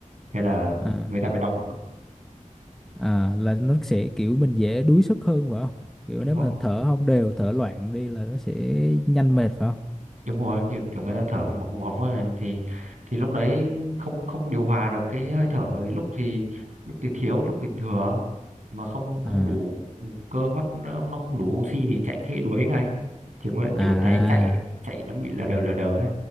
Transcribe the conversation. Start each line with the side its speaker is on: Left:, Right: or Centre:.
Right: thế là
Centre: à,
Right: người ta bị đau ngực
Centre: à, là nó sẽ kiểu mình dễ đuối sức hơn phải không? Kiểu
Right: đúng
Centre: nếu
Right: không
Centre: mà thở không đều, thở loạn đi là nó sẽ nhanh mệt phải không?
Right: đúng rồi kiểu, kiểu người ta thở hồng hộc hồng hộc ấy, thì thì lúc đấy không không điều hòa được cái hơi thở lúc thì lúc thì thiếu lúc thì thừa mà không không
Centre: À.
Right: đủ ừ, cơ bắp nó nó không đủ oxy thì chạy thế đuối ngay thì cũng đấy
Centre: À,
Right: kiểu
Centre: à,
Right: thấy chạy chạy nó bị lờ đờ lờ đờ ấy